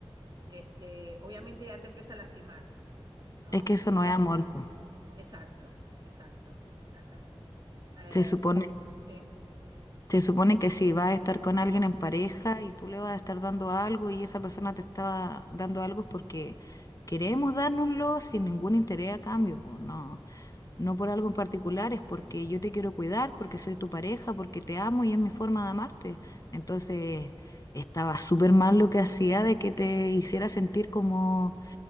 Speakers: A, on the right; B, on the left.
A: este, obviamente ya te empieza a lastimar, ¿no?
B: es que eso no es amor, po.
A: Exacto, exacto, exactamente. Eh,
B: Se supone,
A: te- sí,
B: se supone que si vas a estar con alguien en pareja y tú le vas a estar dando algo y esa persona te está dando algo es porque queremos dárnoslo sin ningún interés a cambio, po. No, no por algo en particular, es porque yo te quiero cuidar, porque soy tu pareja, porque te amo y es mi forma de amarte. Entonces, estaba súper mal lo que hacía de que te hiciera sentir como